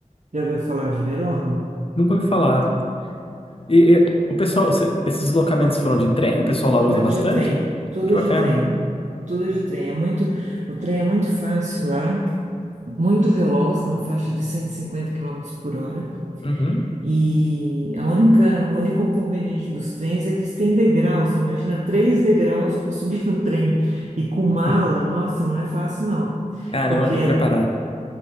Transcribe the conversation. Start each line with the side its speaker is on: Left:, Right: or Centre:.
Right: já ouviu falar de Verona?
Left: Nunca ouvi falar. E, e, o pessoal, se- esses deslocamentos foram de trem? O pessoal lá
Right: Foi
Left: usa bastante?
Right: de trem, tudo
Left: Que bacana.
Right: de trem. Tudo de trem. É muito, o trem é muito fácil lá, muito veloz, na faixa de 150 km por hora.
Left: Uhum.
Right: E a única, o único inconveniente dos trens é que eles têm degrau. Você imagina três degraus para subir no trem. E com mala,
Left: Hum,
Right: nossa, não é fácil, não.
Left: Caramba,
Right: Porque
Left: tem
Right: é,
Left: que preparada.